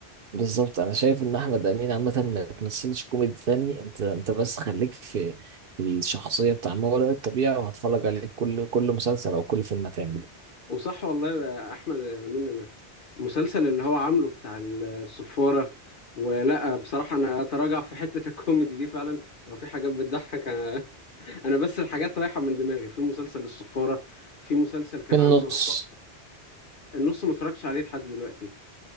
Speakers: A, on the right; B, on the left.
A: بالظبط انا شايف ان احمد امين عامه ما تمثلش كوميدي تاني انت انت بس خليك في في الشخصيه بتاع ما وراء الطبيعه وهتفرج عليه كل كل مسلسل او كل فيلم هتعمله
B: وصح والله يا احمد يا امين انا المسلسل اللي هو عامله بتاع الصفارة ولا بصراحة انا اتراجع في حتة <laughs> الكوميدي دي فعلا هو في حاجات بتضحك انا <laughs> انا بس الحاجات رايحة من دماغي في مسلسل الصفارة في مسلسل كان
A: في النص
B: عامله هو النص ما اتفرجتش عليه لحد دلوقتي